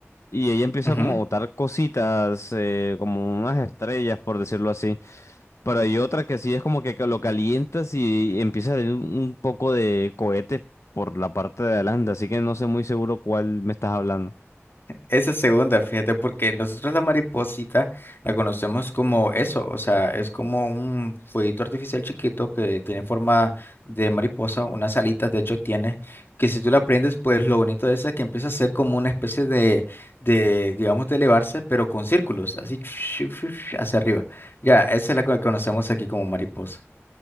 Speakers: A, on the left; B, on the left.
A: y ella empieza
B: ujú.
A: como a botar cositas, eh, como unas estrellas, por decirlo así. Pero hay otra que sí es como que lo calientas y empieza a salir un un poco de cohete por la parte de adelante, así que no sé muy seguro cuál me estás hablando.
B: Esa segunda, fíjate, porque nosotros la mariposita la conocemos como eso, o sea, es como un fueguito artificial chiquito que tiene forma de mariposa, unas alitas de hecho tiene, que si tú la prendes, pues lo bonito de esa es que empieza a ser como una especie de, de, digamos, de elevarse, pero con círculos, así <tsk> hacia arriba. Ya, esa es la que conocemos aquí como mariposa.